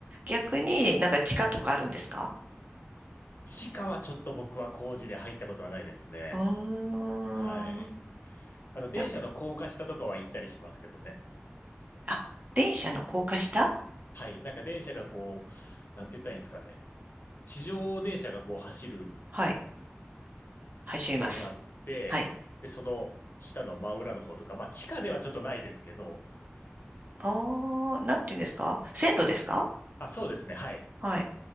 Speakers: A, on the right (about 35°); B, on the left (about 55°).
A: 逆になんか地下とかあるんですか
B: 地下はちょっと僕は工事で入ったことはないですね。
A: うーん。
B: はい。あの、電車の高架下とかは行ったりしますけどね。
A: やっ、あ、電車の高架下
B: はい。なんか電車がこう、なんて言ったらいいんですかね。地上電車がこう走る
A: はい。走ります。
B: ところがあって、
A: はい。
B: で、その下の真裏の方とか、まあ地下ではちょっとないですけど、
A: ああ、なんていうんですか線路ですか
B: あ、そうですね。はい。
A: はい。